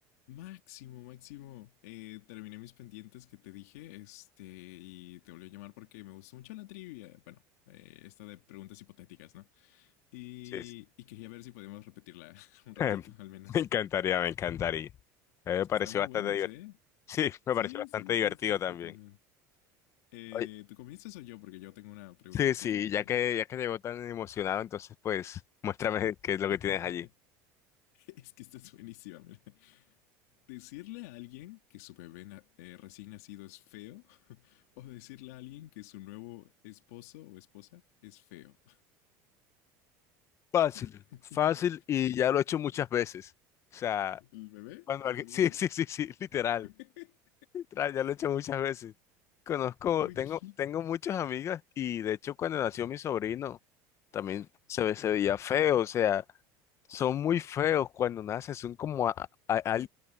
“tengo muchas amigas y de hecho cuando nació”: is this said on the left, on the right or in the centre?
Left